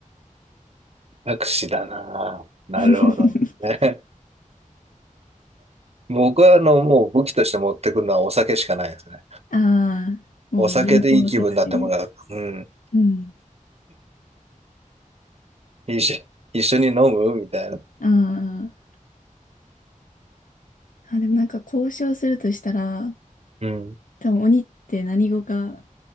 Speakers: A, on the right (about 50°); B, on the left (about 75°).
A: アクシだなぁ。なるほどね。
B: <laughs>
A: <laughs> 僕は、あの、もう武器として持ってくるのはお酒しかないですね。
B: ああ、
A: お酒でいい気分になってもらう。
B: もう有効作戦で。
A: うん。
B: うん。
A: 一緒、一緒に飲むみたいな。
B: ああ。あ、でもなんか交渉するとしたら、
A: うん。
B: 多分鬼って何語か